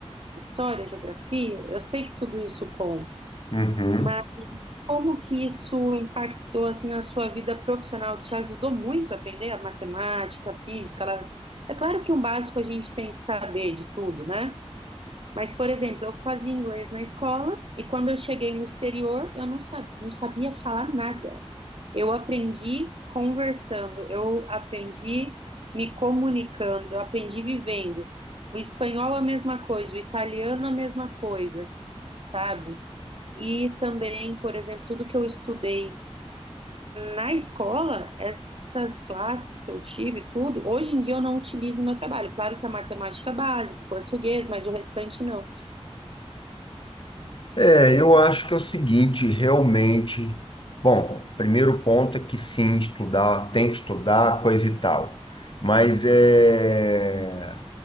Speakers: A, on the right; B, on the left.
A: história, geografia, eu sei que tudo isso conta,
B: Uhum.
A: mas como que isso impactou, assim, na sua vida profissional? Te ajudou muito a aprender a matemática, a física? lá- É claro que um básico a gente tem que saber de tudo, né? Mas, por exemplo, eu fazia inglês na escola e quando eu cheguei no exterior, eu não sabia, não sabia falar nada. Eu aprendi conversando, eu aprendi me comunicando, eu aprendi vivendo. O espanhol a mesma coisa, o italiano a mesma coisa, sabe? E também, por exemplo, tudo que eu estudei na escola, essas classes que eu tive, tudo, hoje em dia eu não utilizo no meu trabalho. Claro que a matemática é básica, o português, mas o restante não.
B: É, eu acho que é o seguinte, realmente. Bom, primeiro ponto é que sim, estudar, tem que estudar, coisa e tal. Mas é.